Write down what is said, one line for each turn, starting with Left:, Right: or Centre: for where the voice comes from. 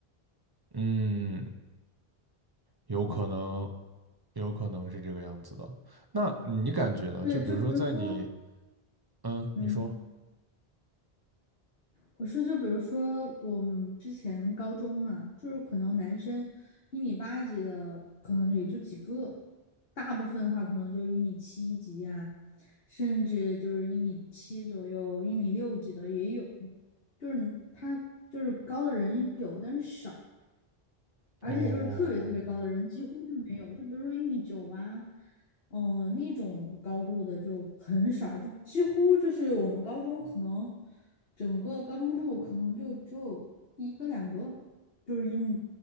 Right: 嗯，有可能，有可能是这个样子的。那你感觉呢？
Left: 对，
Right: 就比如说在你，
Left: 就比如说，
Right: 嗯，
Left: 嗯。
Right: 你说，
Left: 我说，就比如说我们之前高中嘛，就是可能男生一米八几的，可能也就几个，大部分的话可能就一米七几啊，甚至就是一米七左右、一米六几的也有，就是他就是高的人有，但是少。而且就是特别特别高的人几乎就没有，
Right: 哦，
Left: 就比如说一米九啊，嗯、那种高度的就很少，就几乎就是我们高中可能整个高中部可能就只有一个两个，就是一米